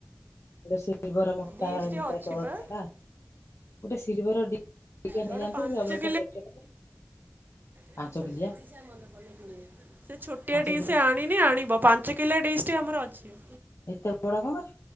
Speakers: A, on the left; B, on the right.
A: ଦ ସିଲିବର ମୋଟା
B: ଡିସ୍ ଟେ ଅଛି
A: ତା ତଳ
B: ପା
A: ଥିଲା ଗୋଟେ ସିଲଭର ଡି ଟିକେ
B: ଗୋଟେ
A: ନେଇଯାଆନ୍ତୁ
B: ପାଞ୍ଚ
A: ସବୁବେଳେ ତ କରୁଛନ୍ତି।
B: ଗୋଟେ
A: ପାଞ୍ଚ
B: ଛୋଟିଆ
A: କିଲିଆ
B: ଡିସ ମନେ ପଡୁନି କିଣିବାକୁ ସେ ଛୋଟିଆ
A: ପାଞ୍ଚ
B: ଡିସ୍
A: କିଲିଆ
B: ଆଣିନି ଆଣିବ ପାଞ୍ଚ କିଲିଆ ଡିସଟେ ଆମର ଅଛି।
A: ଏତେ ବଡ କଣ